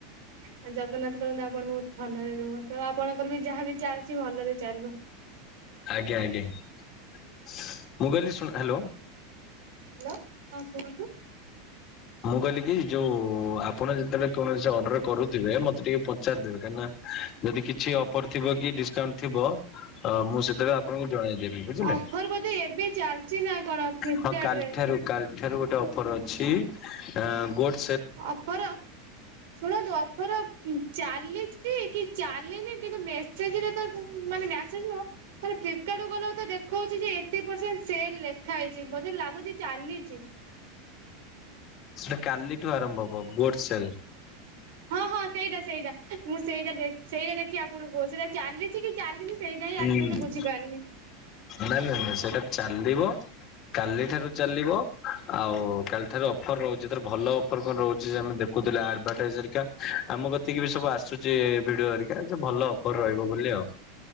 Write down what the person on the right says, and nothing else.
ଆ ଜଗନ୍ନାଥ କରନ୍ତୁ ଆପଣ ବହୁତ ଭଲରେ ରୁହନ୍ତୁ, ଆପଣଙ୍କର ବି ଯାହା ବି ଚାଲିଛି ଭଲରେ ଚାଲୁ।
ହ୍ୟାଲୋ ହଁ କୁହନ୍ତୁ।
ଅଫର ବୋଧେ ଏବେ ଚାଲିଛି ନା କଣ ଫ୍ଲିପକାର୍ଟ
ରେ
ଅଫର ଶୁଣନ୍ତୁ ଅଫର ଚାଲିଚି ଚାଲିଚି କି ଚାଲିନି କିନ୍ତୁ ମେସେଜରେ ତ ମାନେ ମ୍ୟା ସେଜ ନୁହଁ, ମାନେ ଫ୍ଲିପକାର୍ଟକୁ ଗଲାକୁ ଦେଖଉଛି ଏତିକି ପରସେଣ୍ଟ ସେଲ୍ ଲେ। ଖା ହେଇଛି, ବୋଧେ ଲାଗୁଚି ଚାଲିଚି।
ହଁ ହଁ ସେଇଟା ସେଇଟା ମୁଁ ସେଇଟା ଦେଖି ସେଇଟା ଦେଖି ଆପଣଙ୍କୁ କହୁଚି। ସେଇଟା ଚାଲିଚି କି ଚାଲିନି ସେଇଟା
ହିଁ ଆକ୍ଚୁଆଲି ବୁଝିପାରୁନି।